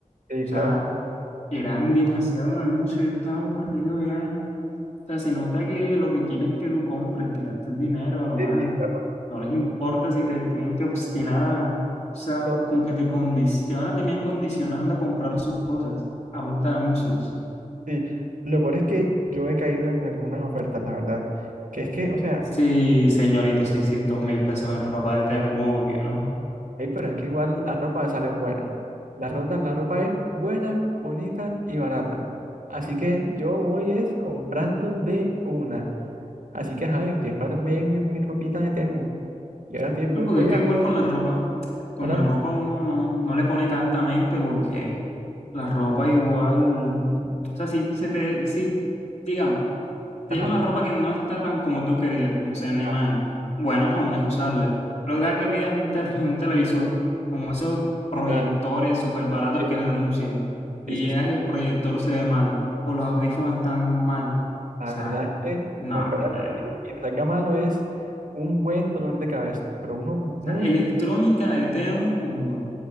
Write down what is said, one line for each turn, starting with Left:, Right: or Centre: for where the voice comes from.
Right: Sí,
Left: O sea,
Right: claro.
Left: eran demasiados anuncios, yo estaba aburrido ya. O sea, se nota que lo que quieren es que tú compres, que gastes dinero a lo
Right: Sí,
Left: mal.
Right: sí, claro.
Left: No les importa si te tienen que obstinar a, o sea,
Right: Lo-
Left: como que te, condi- te van a terminar condicionando a comprar sus cosas a punta de anuncios.
Right: Sí, lo peor es que yo he caído en algunas ofertas, la verdad. Que es que, o sea,
Left: Sí, señorito, seiscientos mil pesos en ropa de Temu, obvio, ¿no?
Right: ey, pero es que igual la ropa sale buena. La ropa, la ropa es buena, bonita y barata. Así que yo voy es comprando de una. Así que, ajá, yo estoy esperando que me llegue mi, mi ropita de Temu. Y ahora estoy, voy,
Left: No, porque
Right: voy
Left: es que
Right: a,
Left: igual con la ropa, con
Right: ahora,
Left: la ropa uno no, no le pone tanta mente porque la ropa igual, o sea, si se te, si, digamos, te
Right: ajá,
Left: llega una ropa que no está tan como tú querías, como sea en
Right: ajá,
Left: la imagen. Bueno, aún es usable. Pero cada que pidas un, tele- <laughs> un televisor, como esos proyectores
Right: ¿verdad?
Left: súper baratos
Right: Sí,
Left: que le anuncian, y
Right: sí, sí,
Left: llegas
Right: sí.
Left: y el proyector se ve mal, o los audífonos están mal. O
Right: La
Left: sea,
Right: verdad es que
Left: no,
Right: comprar
Left: hombre,
Right: algo así
Left: no. O
Right: y te salga malo es un buen dolor de cabeza, pero uno
Left: sea,
Right: muy,
Left: electrónica
Right: no,
Left: de Temu, no.